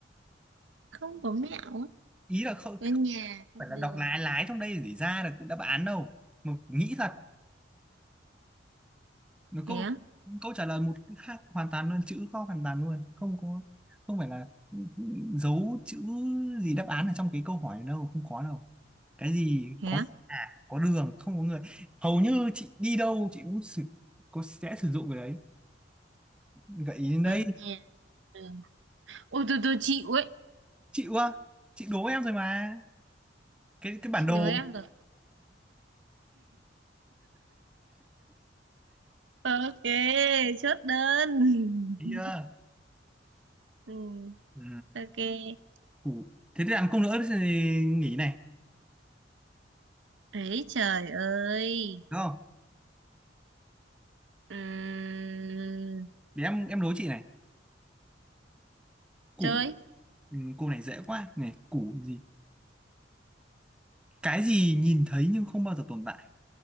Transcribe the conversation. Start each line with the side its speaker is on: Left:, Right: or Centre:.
Right: không có mẹo á
Centre: ý là không,
Right: có nhà
Centre: không
Right: có
Centre: phải
Right: đường
Centre: là đọc lái lái trong đây để ra được đáp án đâu mà nghĩ thật nó
Right: thế
Centre: câu
Right: á,
Centre: câu trả lời một cái khác hoàn toàn luôn chữ kho hoàn toàn luôn không có không phải là giấu chữ gì đáp án ở trong cái câu hỏi đâu không có đâu cái gì
Right: thế
Centre: có
Right: á.
Centre: à có đường không có người hầu như chị đi đâu chị cũng sử, có sẽ sử dụng cái đấy gợi ý đến đây
Right: có nhà đường ôi tôi tôi chịu ấy
Centre: chịu quá chị đố em rồi mà cái cái bản
Right: chị
Centre: đồ
Right: đố em rồi ok chốt đơn <laughs>
Centre: thấy chưa
Right: ừ,
Centre: ừ.
Right: ok
Centre: củ thế thì làm công nữa thì nghỉ này
Right: ấy trời ơi
Centre: đúng không
Right: Ừm,
Centre: để em em đố chị này củ
Right: chơi
Centre: ừ, cô này dễ quá này củ gì cái gì nhìn thấy nhưng không bao giờ tồn tại